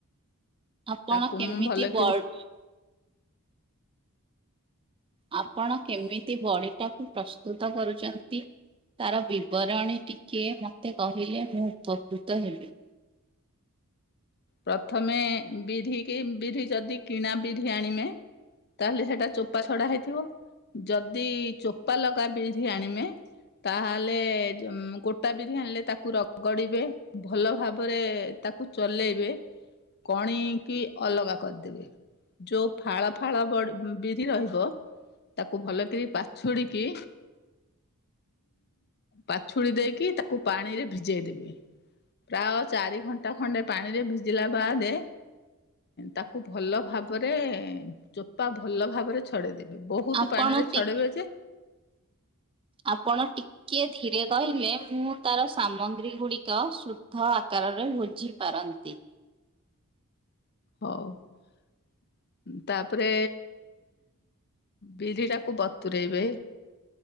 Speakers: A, on the right (about 25°); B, on the left (about 45°).
A: ଆପଣ
B: ତାକୁ
A: କେମିତି
B: ମୁଁ ଭଲକିରି
A: ବର୍ଡ ଆପଣ କେମିତି ବଡିଟାକୁ ପ୍ରସ୍ତୁତ କରୁଛନ୍ତି? ତାର ବିବରଣୀ ଟିକେ ମୋତେ କହିଲେ ମୁଁ ଉପକୃତ ହେବି।
B: ପ୍ରଥମେ ବିଧ କି ବିରି ଯଦି କିଣା ବିରି ଆଣିବେ। ତାହେଲେ ସେଟା ଚୋପା ଛଡା ହେଇଥିବ ଯଦି ଚୋପା ଲଗା ବିରି ଆଣିବେ ତାହେଲେ ଗୋଟା ବିରି ଆଣିଲେ ତାକୁ ରଗଡିବେ ଭଲ ଭାବରେ। ତାକୁ ଚଲେଇବେ କଣ କିି ଅଲଗା କରିଦେବେ? ଯୋଉ ଫାଳ ଫାଳ ବିରି ରହିବ। ତାକୁ ଭଲ କରି ପାଛୁଡିକି ପାଛୁଡି ଦେଇକି ତାକୁ ପାଣିରେ ଭିଜେଇ ଦେବେ। ପ୍ରାୟ ଚାରି ଘଣ୍ଟା ଖଣ୍ଡେ ପାଣିରେ ଭିଜିଲା ବାଦ। ତାକୁ ଭଲ ଭାବରେ ଚୋପା ଭଲ ଭାବରେ ଛଡେଇ ଦେବେ। ବହୁତ
A: ଆପଣ
B: ପାଣି ରେ
A: ଟି
B: ଛଡେଇବେ ଯେ
A: ଆପଣ ଟିକେ ଧୀରେ କହିଲେ ମୁଁ ତାର ସାମଗ୍ରୀ ଗୁଡିକ ଶୁଦ୍ଧ ଆକା ରେ ବୁଝି ପାରନ୍ତି।
B: ହଉ। ତାପରେ? ବିରି ଟାକୁ ବତୁରେଇବେ।